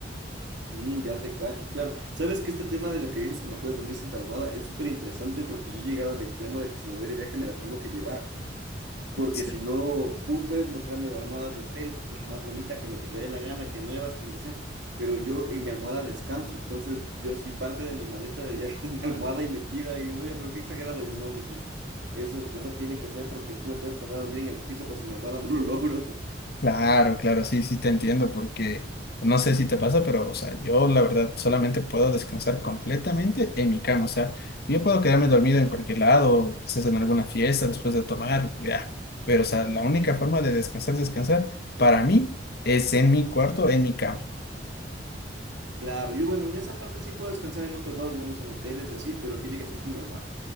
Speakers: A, on the right (about 75°); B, on the left (about 55°).
A: Mm, ya te cacho, claro. Sabes que este tema de lo que dices que no puedes dormir sin tu almohada es súper interesante porque yo he llegado al extremo de que si me voy de viaje me la tengo que llevar, porque
B: Sí.
A: si no, tú puedes mostrarme almohadas de hotel, que la más bonita, que lo que te dé la gana, que nuevas, que lo que sea, pero yo en mi almohada descanso, entonces yo sí parte de mi maleta de viaje <laughs> es mi almohada y metida y uno ya, pero qué exagerado, yo no, mijito. Eso, es- eso tiene que ser porque tú me puedes poner a dormir en el piso, pero sin mi almohada no lo logro. <laughs>
B: Claro, claro, sí, sí te entiendo porque no sé si te pasa, pero o sea, yo la verdad solamente puedo descansar completamente en mi cama. O sea, yo puedo quedarme dormido en cualquier lado, quizás en alguna fiesta después de tomar, ya. Pero o sea, la única forma de descansar, descansar, para mí es en mi cuarto, en mi cama.
A: Claro, yo bueno, en esa parte sí puedo descansar en otros lados, digamos en hoteles y así, pero tiene que ser con mi almohada.